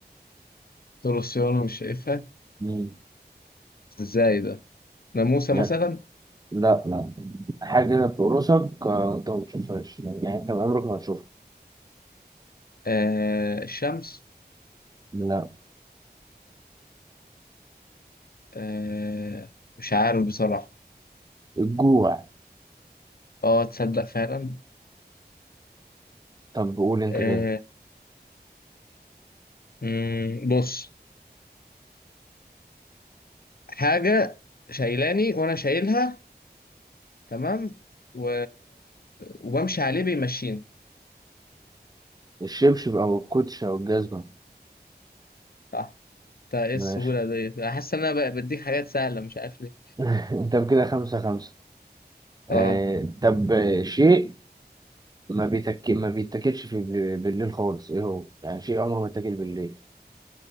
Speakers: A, on the left; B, on the right.
A: طول السيارة مش شايفها
B: مم.
A: ازاي ده ناموسة
B: لا
A: مثلا
B: لا لا. حاجة كده بتقرصك آه، أنت ما بتشوفهاش يعني أنت عمرك ما هتشوفها
A: آه الشمس
B: لا
A: آه مش عارف بصراحة
B: الجوع
A: اه تصدق فعلا
B: طب قول أنت
A: آه
B: كده
A: مم، بص حاجة شايلاني وانا شايلها تمام و... وبمشي عليه بيمشيني
B: الشبشب أو الكوتش أو الجزمة
A: صح انت ايه
B: ماشي
A: السهولة ديت انا حاسس ان انا ب- بديك حاجات سهلة مش عارف ليه
B: <laughs> طب كده خمسة خمسة آه
A: اه
B: طب آه، شيء ما بيتك ما بيتاكلش في بال- بالليل خالص إيه هو؟ يعني شيء عمره ما يتاكل بالليل